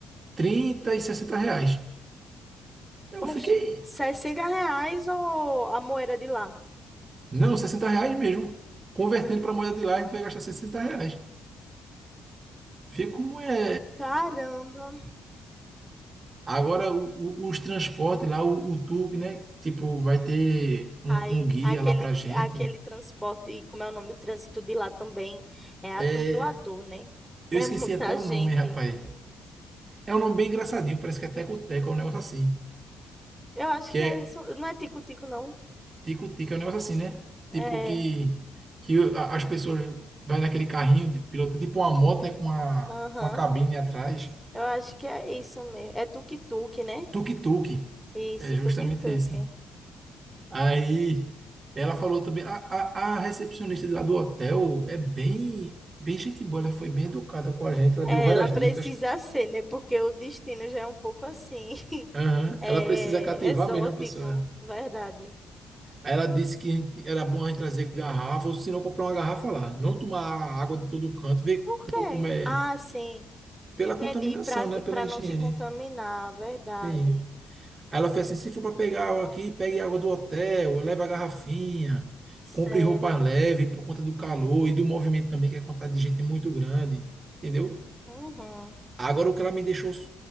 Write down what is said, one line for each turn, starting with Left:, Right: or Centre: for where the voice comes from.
Right: 30 e 60 reais. Eu
Centre: Poxa,
Right: fiquei.
Centre: 60 reais ou a moeda de lá?
Right: Não, 60 reais mesmo. Convertendo para moeda de lá, a gente vai gastar 60 reais. Vê como é.
Centre: Caramba!
Right: Agora, o- o- os transportes lá, o, o tour, né? Tipo, vai ter um,
Centre: Ai,
Right: um guia
Centre: aquele,
Right: lá pra gente.
Centre: aquele transporte, e como é o nome, o trânsito de lá também é atordoador,
Right: É,
Centre: né?
Right: eu
Centre: É
Right: esqueci
Centre: muita
Right: até o
Centre: gente.
Right: nome, rapaz. É um nome bem engraçadinho, parece que é Teco-Teco, é um negócio assim.
Centre: Eu acho
Right: Que
Centre: que é
Right: é
Centre: isso. Não é tico-tico, não.
Right: Tico-Tico, é um negócio assim, né?
Centre: É,
Right: Tipo que, que a- as pessoas vai naquele carrinho de piloto, tipo uma moto, né? Com uma,
Centre: aham.
Right: com uma cabine atrás.
Centre: Eu acho que é isso mesmo. É tuk-tuk, né?
Right: Tuk-tuk.
Centre: Isso,
Right: É justamente
Centre: tuk-tuk.
Right: isso. Aí ela falou também, a, a, a recepcionista de lá do hotel é bem, bem gente boa, ela foi bem educada com a gente, ela deu
Centre: É,
Right: várias
Centre: ela precisa
Right: dicas.
Centre: ser, né? Porque o destino já é um pouco assim, <laughs>
Right: Aham,
Centre: é,
Right: Ela precisa cativar
Centre: exótico,
Right: mesmo a pessoa.
Centre: verdade.
Right: Aí ela disse que a gente- era bom a gente trazer garrafa, ou se não comprar uma garrafa lá, não tomar água de todo canto, ver
Centre: Por quê?
Right: co- como é,
Centre: Ah, sim.
Right: pela
Centre: Entendi.
Right: contaminação,
Centre: Para
Right: né, pela
Centre: para
Right: higiene.
Centre: não se contaminar, verdade.
Right: Sim. Aí ela fez assim: se for para pegar água aqui, pegue água do hotel, leva a garrafinha,
Centre: Sério.
Right: compre roupa leve por conta do calor e do movimento também, que a quantidade de gente é muito grande, entendeu?
Centre: Uhum.
Right: Agora o que ela me deixou